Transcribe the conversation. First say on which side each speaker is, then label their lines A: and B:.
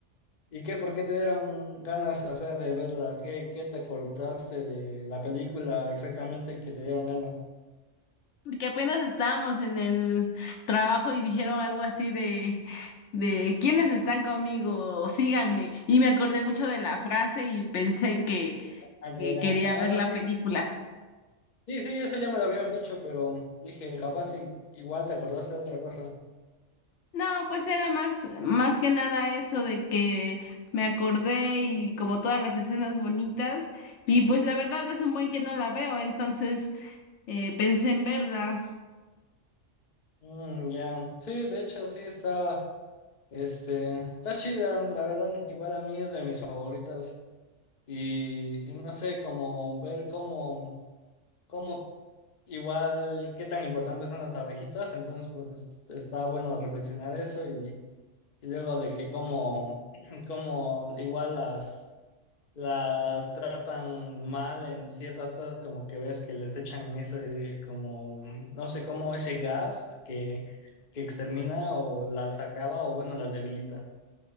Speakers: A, on the left; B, on the left.
A: y qué, por qué te dieron ganas, o sea, de verla? ¿Qué, qué te acordaste de la película exactamente que te dieron ganas?
B: Porque apenas estábamos en el trabajo y dijeron algo así de, de ¿quiénes están conmigo? Síganme. Y me acordé mucho de la frase y pensé que,
A: Ah, ya,
B: que
A: ya.
B: quería
A: Ah,
B: ver
A: no,
B: la
A: sí,
B: película.
A: sí, Sí, sí, eso ya me lo habías dicho, pero dije, capaz y- igual te acordaste de otra cosa.
B: No, pues era más, más que nada eso de que me acordé y como todas las escenas bonitas, y pues la verdad hace un buen que no la veo, entonces eh, pensé en verla.
A: Mm, ya, Sí, de hecho, sí, está, este, está chida, la verdad, igual a mí es de mis favoritas. Y, y no sé, como ver cómo, cómo, igual, qué tan importantes son las abejitas, entonces, pues, es- está bueno reflexionar eso y, y luego de que cómo, <clears throat> <laughs> cómo igual las... las tratan mal en ciertas cosas, como que ves que les echan ese, como, no sé cómo, ese gas que, que extermina o las acaba o bueno, las debilita.